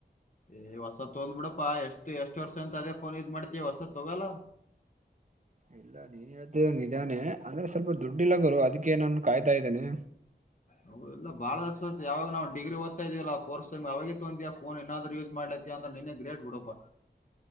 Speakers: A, on the left; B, on the right.
A: ಏ ಹೊಸದ ತೊಂದಬಿಡಪ್ಪಾ ಎಷ್ಟ ಎಷ್ಟ ವರ್ಷ ಅಂತ ಅದೇ ಫೋನ್ ಯೂಸ್ ಮಾಡ್ತಿಯಾ ಹೊಸದ ತೊಗಲ್ಲ
B: ಇಲ್ಲ ನೀನ್ ಹೇಳ್ತಾ ಇರದು ನಿಜಾನೆ ಅಂದ್ರೆ ಸ್ವಲ್ಪ ದುಡ್ಡಿಲ್ಲ ಗುರು ಅದಕ್ಕೆ ನಾನು ಕಾಯ್ತಾ ಇದ್ದೇನಿ
A: ಹ ಇಲ್ಲ ಬಾಳ ದಿವಸಾತ್ ಯಾವಾಗ ನಾವ ಡಿಗ್ರಿ ಓದ್ತಾ ಇದೀವಲ್ಲ ಫೋರ್ತ ಸೇಮ ಅವಾಗೇ ತೊಂದಿ ಆ ಫೋನ್ ಇನ್ನಾದ್ರು ಯೂಸ್ ಮಾಡ್ತಿ ಅಂದ್ರ ನಿನ್ನೆ ಗ್ರೇಟ್ ಬೀಡಪಾ